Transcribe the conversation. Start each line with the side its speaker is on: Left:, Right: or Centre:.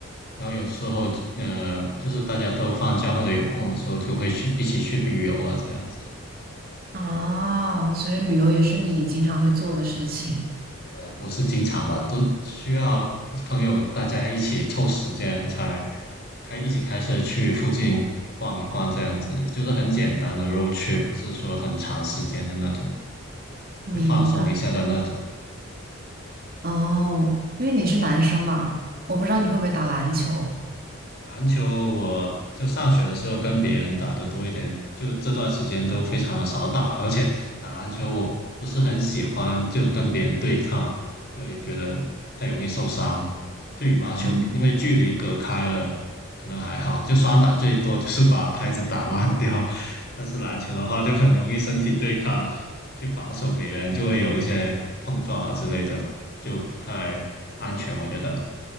Left: 然后有时候呃，就是大家都放假或者有空的时候，就会去一起去旅游啊这样子。
Right: 啊，所以旅游也是你经常会做的事情，
Left: 也不是经常吧，都需要朋友大家一起凑时间才开一起开车去附近逛一逛这样子，就是很简单的 road trip，不是说很长时间的那种，
Right: 明白。
Left: 就放松一下的那种。
Right: 哦，因为你是男生嘛，我不知道你会不会打篮球。
Left: 篮球我就上学的时候跟别人打的多一点，就这段时间都非常的少打了，而且打篮球我不是很喜欢，就跟别人对抗，会觉得太容易受伤。就羽毛球，
Right: 嗯，
Left: 因为距离隔开了，可能还好，就双打最多就是把拍子打烂掉，但是篮球的话就很容易身体对抗，去防守别人就会有一些碰撞啊之类的，就不太安全，我觉得。